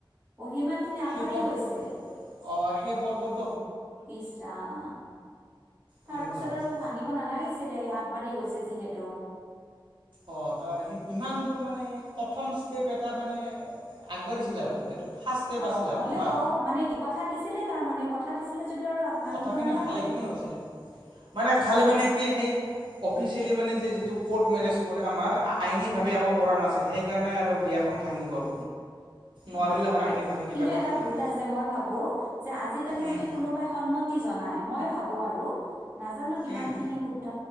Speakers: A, on the right; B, on the right.
A: অঁ সিমান খিনি আগবাঢ়ি
B: সেই পৰ্ব
A: গৈছে
B: অঁ সেই পৰ্বত
A: ইচৰাম
B: এনেকুৱা
A: তাৰ পিছত
B: হৈছে
A: আৰু ভাঙিব নালাগিছিলে আগবাঢ়ি গৈছে যিহেতু টো
B: অঁ ত ইমান দূৰ মানে প্ৰথম ষ্টেপ এটা মানে আগবাঢ়িছিল আৰু এইটো ফাৰ্ষ্ট ষ্টেপ
A: অঁ
B: আছিল
A: হ'লেও
B: আৰু হা
A: অঁ মানে কি কথা দিছিলে তাৰ মানে কথা দিছিলে যদিও আৰু আগ- ভাঙিব
B: কথা
A: নালাগে
B: ভালে খিনি হৈছিল মানে খালি মানে
A: অ
B: কি সি অফিচ যিটো কৰ্টমেৰেচ কৰে আমাৰ আইনি ভাৱে একো কৰা নাই সেইকাৰণে বিয়াখন ভাঙি গ'ল
A: উম
B: নোৱাৰিলে হয় আইনীভাৱে কিবা
A: কিন্তু এটা
B: কৰিলে
A: ভুল আছে মই ভাবো যে আজিকালি
B: উম
A: যদি কোনোবাই সন্মত জনাই মই ভাবোঁ আৰু নাজানো কিমান
B: উম
A: খিনি শুদ্ধ